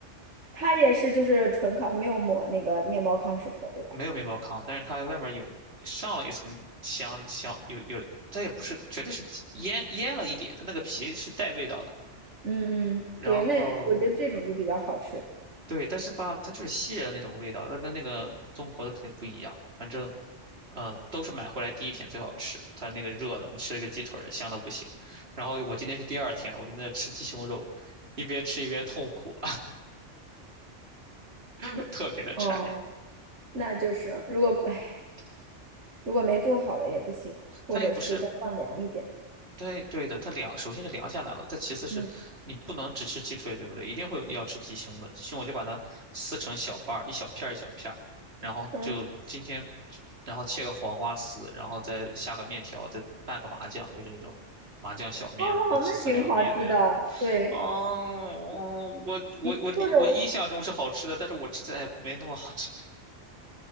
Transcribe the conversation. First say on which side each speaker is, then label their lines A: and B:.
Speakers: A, on the right (about 75°); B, on the right (about 55°).
A: 它也是就是纯烤，没有抹那个面包糠什么的，对吧？
B: 没有面包糠，但是它外面有上了一层香香，有有，它也不是，绝对是腌腌了一点，它那个皮是带味道的。
A: 嗯嗯，
B: 然后
A: 对，那我觉得这种就比较好吃。
B: 对，但是吧，它就是西人的那种味道，它跟那个中国的肯定不一样。反正，嗯、都是买回来第一天最好吃，它那个热的，你吃了一个鸡腿儿香的不行。然后我今天是第二天了，我就在那吃鸡胸肉，一边吃一边痛苦，<laughs> 特别的柴。
A: 哦，那就是如果唉，如果没做好的也不行，或者是再放凉一点。
B: 它也不是，对对的，它凉，首先是凉下来了，再其次是你不能只吃鸡腿，
A: 嗯，
B: 对不对？一定会有要吃鸡胸的，鸡胸我就把它撕成小瓣儿，一小片儿一小片儿，然后就今天，
A: 嗯，
B: 然后切个黄瓜丝，然后再下个面条，再拌个麻酱，就是那种麻酱小面嘛，
A: 哦，
B: 或鸡丝凉面那样的。
A: 那挺好吃的。对，
B: 哦，我我我理我印象中是好吃的，
A: 你说着我，
B: 但是我吃起来也没那么好吃